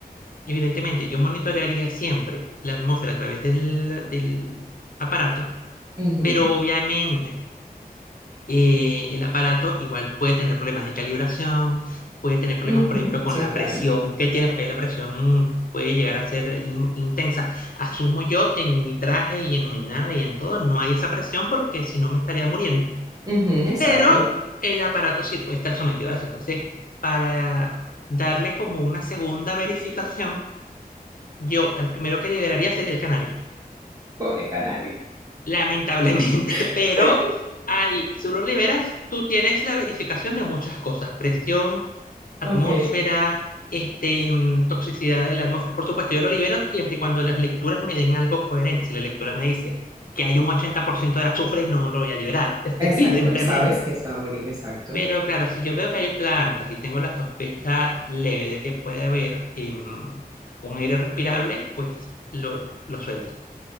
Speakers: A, on the left; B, on the right.
A: Evidentemente, yo monitorearía siempre la atmósfera a través del, del aparato,
B: ujú,
A: pero obviamente eh, el aparato igual puede tener problemas de calibración, puede tener problemas,
B: ujú,
A: por ejemplo, con
B: Sí,
A: la
B: claro.
A: presión que tiene, porque ahí la presión puede llegar a ser in- intensa. Asumo yo que en mi traje y en mi nave y en todo no hay esa presión porque si no me estaría muriendo,
B: Ujú, Exacto.
A: pero el aparato sí puede estar sometido a eso. Entonces, para darle como una segunda verificación, yo al primero que liberaría sería el canario,
B: Pobre canario.
A: lamentablemente,
B: <laughs>
A: <laughs> pero ahí tú lo liberas, tú tienes la verificación de muchas cosas, presión, atmósfera,
B: Ok,
A: este, mm, toxicidad de la atmósfera. Por supuesto, yo lo libero siempre y cuando las lecturas me den algo coherente. Si la lectura me dice que hay un 80% de azufre, no lo voy a liberar, <laughs>
B: exacto.
A: evidentemente.
B: Bueno, sabes que se va a morir, exacto.
A: Pero claro, si yo veo que hay plantas y tengo la sospecha leve de que puede haber em, un aire respirable, pues lo, lo suelto.